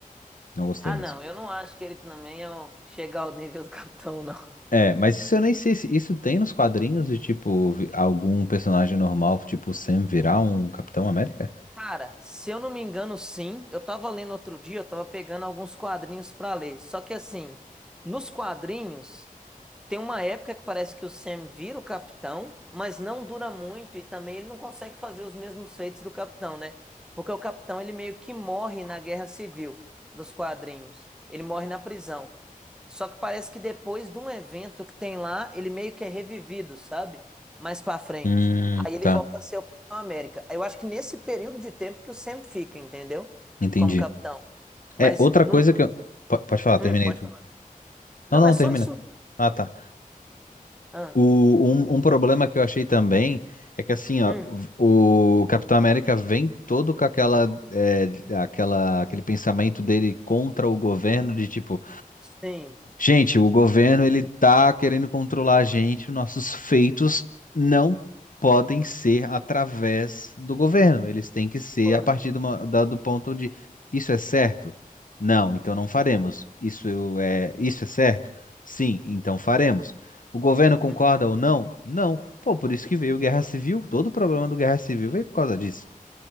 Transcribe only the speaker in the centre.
Ah,
não, eu não acho que ele também é o... chega ao nível do <laughs> Capitão, não.
Cara, se eu não me engano, sim. Eu tava lendo outro dia, eu tava pegando alguns quadrinhos pra ler. Só que assim, nos quadrinhos. Tem uma época que parece que o Sam vira o capitão, mas não dura muito e também ele não consegue fazer os mesmos feitos do capitão, né? Porque o capitão ele meio que morre na Guerra Civil dos quadrinhos. Ele morre na prisão. Só que parece que depois de um evento que tem lá, ele meio que é revivido, sabe? Mais pra frente.
Aí ele
volta a ser o Capitão América. Eu acho que nesse período de tempo que o Sam fica, entendeu?
Como capitão. Mas
não.
Hum,
pode
falar. Não,
é só
isso mesmo.
Ah,
hum,
sim.
Correto.
Uhum.